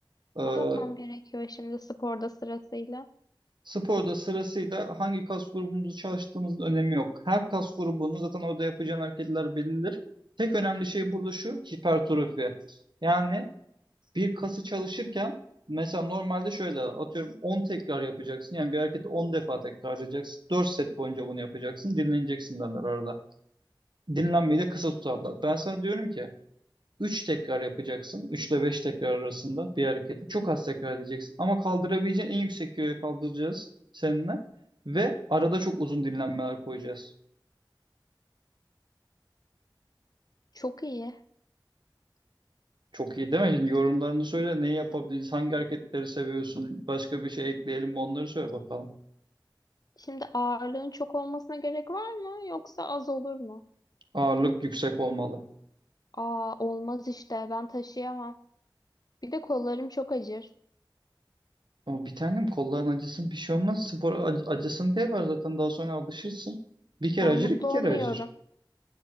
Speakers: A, on the right; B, on the left.
A: Ee,
B: Ne yapmam gerekiyor şimdi sporda sırasıyla?
A: Sporda sırasıyla hangi kas grubumuzu çalıştığımızın önemi yok. Her kas grubunun zaten orada yapacağın hareketler bellidir. Tek önemli şey burada şu hipertrofi. Yani bir kası çalışırken mesela normalde şöyle atıyorum 10 tekrar yapacaksın. Yani bir hareketi 10 defa tekrarlayacaksın. dört set boyunca bunu yapacaksın. Dinleneceksin derler arada. Dinlenmeyi de kısa tutarlar. Ben sana diyorum ki Üç tekrar yapacaksın. 3 ile 5 tekrar arasında bir hareketi. Çok az tekrar edeceksin. Ama kaldırabileceğin en yüksek kiloya kaldıracağız seninle. Ve arada çok uzun dinlenmeler koyacağız.
B: Çok iyi.
A: Çok iyi değil mi? Şimdi yorumlarını söyle. Neyi yapabiliriz? Hangi hareketleri seviyorsun? Başka bir şey ekleyelim mi? Onları söyle bakalım.
B: Şimdi ağırlığın çok olmasına gerek var mı yoksa az olur mu?
A: Ağırlık yüksek olmalı.
B: Aa olmaz işte ben taşıyamam. Bir de kollarım çok acır.
A: Ama bir tanem kolların acısın bir şey olmaz. Spor ac- acısın diye var zaten daha sonra alışırsın. Bir kere
B: Ben
A: acır
B: mutlu
A: iki kere
B: olmuyorum.
A: acır.